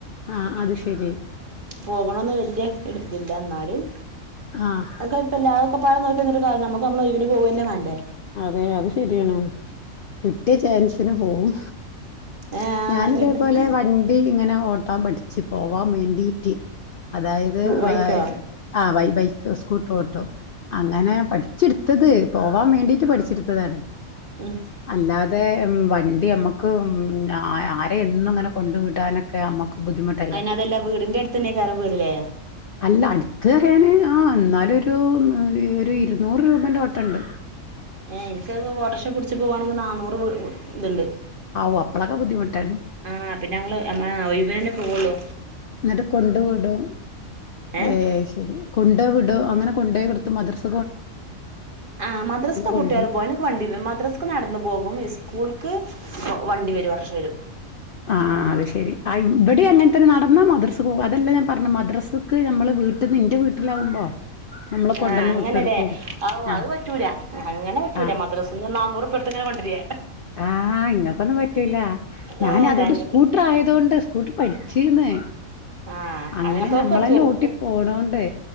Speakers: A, on the left (about 60°); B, on the right (about 45°).
A: ആ അത് ശരി
B: പോകണൊന്ന് വല്ല്യ ര്തില്ല ന്നാലും
A: ആഹ്
B: അ കൊയ്പ്പല്ല്യാ ക്കൊപ്പാടെ നോക്കിന്ന്ട്ട് കാര്യന്നാ മ്മക്കമ്മളെയ്ന് പോവന്നെവാണ്ടേ..
A: അതെ അത് ശരിയാണ് കിട്ടിയ ചാൻസിന്പോവും
B: ആഹ്
A: ഞാനിതേപോലെ വണ്ടിങ്ങനെ ഓട്ടാൻ പഠിച്ച് പോവാൻ വേണ്ടി അതായത്
B: വൈക്കോ
A: വാ.. വയ് ബൈക്ക് സ്കൂട്ടറോട്ടും അങ്ങനെ പഠിച്ചിട്ത്ത് ത്തത്‌ പോവാൻ വേണ്ടിട്ട് പഠിച്ചെടുത്തതാണ്
B: ഉം
A: അല്ലാതെ.. എം വണ്ടിഅമക്ക് മ് അ ആരെ എന്നുങ്ങനെ കൊണ്ട്ടാനൊക്കെ അമ്മ ബുദ്ധിമുട്ടല്ലെ
B: അയിന് അതല്ല വീടിന്റെ അടുത്തന്നെക്കാരം വീടില്ലേ
A: അല്ല അട്ത് ന്നറിയാന് അ ന്നാലൊരൂ... മ് ഒരുഇരുന്നൂറ് രൂപന്റെ ഓട്ടണ്ട്
B: ഏ.. നിക്കക്കെവ് വോട്ടോർക്ഷ പിടിച്ച് പോവണെങ്കെ നാന്നൂറ്ത്ണ്ട്
A: ആവു അപ്പളൊക്കെ ബുദ്ധിമുട്ടാണ്
B: ആ... പിന്നങ്ങള് എമാഒഴിവിനന്നെ പോവൊള്ളു
A: ന്നിട്ട് കൊണ്ട്വ്ടും
B: ഏഹ്
A: ഏ.. ശെരി കൊണ്ടോവിടൊ അങ്ങനെ കൊണ്ടേയ്കൊട്ത് മദ്രസ
B: ആമദ്രാസ്ക് കുട്ടിള്
A: കൊണ്ടരും
B: പോവും. അയ്നൊക്കെ വണ്ടില്ലെ മദ്രസ്ക് നടന്ന് പോവും. സ്കൂൾക്ക് വണ്ടി വരും. ഓട്ടോറഷ വരും.
A: അ അഅത്ശരി അയ്വടേം അങ്ങനെതന്നെ നടന്നാ മദ്രസക്ക് പോവാ. അതല്ലാഞാൻ പറഞ്ഞത് മദ്രസ മക്ക് ഞമ്മളെ വീട്ട്ന്ന് ന്റെ വീട്ടിലാവുമ്പോ. നമ്മള് കൊണ്ടന്ന്
B: ആഅങ്ങനെലേ.
A: വിട്ടെടുക്കും
B: അവ്
A: ആ
B: അപറ്റൂല അങ്ങനെപറ്റൂല
A: ആ
B: മദ്രസ്ന്ന് നാന്നൂറ് കൊട്ത്ങ്ങനെ കൊണ്ട്രേ.
A: ആ ഇങ്ങക്കൊന്നും പറ്റൂലാ. ഞാൻ
B: ആഹ്
A: അതോണ്ട്
B: ഞങ്ങക്ക്
A: സ്കൂട്ടറായൊണ്ട് സ്കൂട്ടറ് പഠിച്ചീന്ന്
B: ആഹ്
A: അങ്ങനെ
B: അങ്ങനത്തോർക്ക്
A: നഞമ്മളന്നോട്ടി
B: പറ്റും എടുത്ത്
A: പോണോണ്ട്